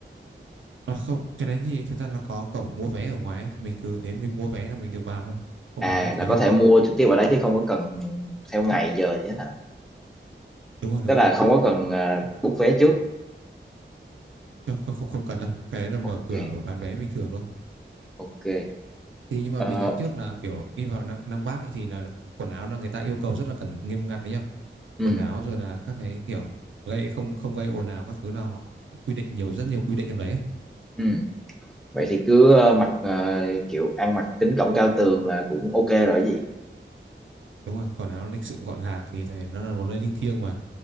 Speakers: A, on the right; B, in the centre.
A: à, không cái đấy thì thực ra nó có cổng mua vé ở ngoài ấy. mình cứ đến mình mua vé là mình được vào thôi không
B: à
A: phải đăng ký
B: là có
A: đâu
B: thể mua trực tiếp ở đấy chứ không có cần theo ngày giờ gì hết hả
A: đúng rồi đúng
B: tức là
A: rồi
B: không có cần uh,
A: Ừ.
B: book vé trước
A: không không không, không cần đâu cái đấy là mở
B: ok
A: cửa bán vé bình thường thôi
B: ok
A: thì nhưng mà
B: Ờ,
A: mình nhắc trước là kiểu đi vào Nam, Nam Bắc ấy thì là quần áo là người ta yêu cầu rất là cẩn nghiêm ngặt đấy nhá
B: ừ
A: quần áo rồi là các cái kiểu gây không không gây ồn ào các thứ là họ quy định nhiều rất nhiều quy định trong đấy ấy.
B: ừ vậy thì cứ ờ, mặc ờ, kiểu ăn mặc kính cổng cao tường là cũng ok rồi cái gì
A: đúng rồi quần áo lịch sự gọn gàng thì tại vì nó là một nơi linh thiêng mà